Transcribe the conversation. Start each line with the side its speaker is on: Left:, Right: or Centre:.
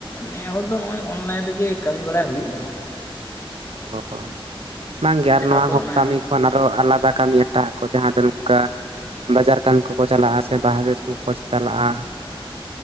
Left: ᱱᱮ ᱦᱚᱲ ᱫᱚ ᱱᱚᱜᱼᱚᱭ ᱚᱱᱞᱟᱭᱤᱱ ᱨᱮᱜᱮ ᱠᱟᱹᱢᱤ ᱵᱟᱲᱟ ᱦᱩᱭᱩᱜ ᱜᱮᱭᱟ ᱾
Right: ᱦᱳᱭ, ᱵᱟᱝᱜᱮ ᱟᱨ
Left: ᱡᱟᱦᱟᱸ
Right: ᱱᱚᱣᱟ ᱠᱚ
Left: ᱚᱱᱮ
Right: ᱠᱟᱹᱢᱤ ᱠᱷᱚᱱ ᱟ ᱯᱮ ᱫᱚ ᱟᱞᱟᱫᱟ ᱠᱟᱹᱢᱤ ᱦᱟᱛᱟᱣ ᱠᱚ ᱡᱟᱦᱟᱸ ᱫᱚ ᱱᱚᱝᱠᱟ ᱵᱟᱡᱟᱨ ᱠᱟᱢᱤ ᱠᱚᱠᱚ ᱪᱟᱞᱟᱜᱼᱟ ᱥᱮ ᱵᱟᱦᱨᱮ ᱫᱤᱥᱚᱢ ᱠᱚ ᱪᱟᱞᱟᱜᱼᱟ?